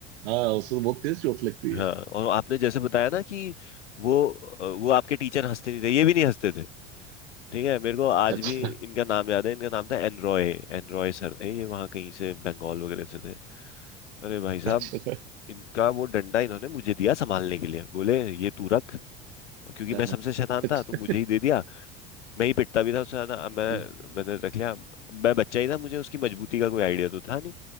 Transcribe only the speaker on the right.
हाँ उसको बहुत तेज चोट लगती
है
अच्छा
अच्छा
हाँ
हाँ
अच्छा
हम्म,